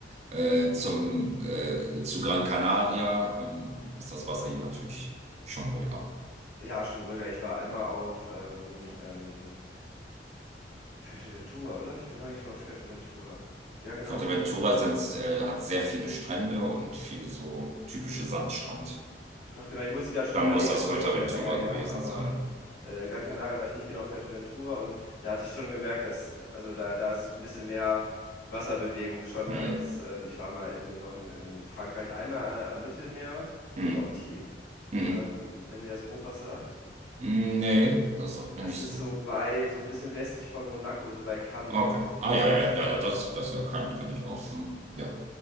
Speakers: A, on the right; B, on the left.
A: äh, zum, äh, zu Gran Canaria, ähm, ist das Wasser hier natürlich schon ruhiger.
B: ja, schon ruhiger. Ich war einmal auf, ähm, ähm, Fuerteventura, oder? Ich bin immer eigentlich auf Fuerteventura. Ja, genau.
A: Fuerteventura sind, äh, hat sehr viele Strände und viel so typische Sandstrand.
B: Doch, genau. Ich musste gerade schon
A: Dann
B: überlegen,
A: muss das
B: es ist
A: Fuerteventura
B: auch schon wieder länger her,
A: gewesen
B: aber
A: sein.
B: äh, Gran Canaria war ich nicht genau auf Fuerteventura und da hatte ich schon gemerkt, dass, also da, da ist ein bisschen mehr Wasserbewegung schon
A: Hm,
B: als, ähm, ich war mal in, noch in, in Frankreich einmal äh, am Mittelmeer,
A: hm,
B: in Antibes,
A: hm.
B: ähm, wenn ihr das grob was sagt.
A: hm, Nee, das sagt mir
B: Das
A: nicht
B: ist
A: so.
B: so bei, so ein bisschen westlich von Monaco, so bei Cannes,
A: Ah, Okay.
B: so
A: Ah,
B: die
A: ja,
B: Ecke.
A: ja, ja, ja, das, das ja kann, kann ich auch. Hm. Ja,
B: Ja.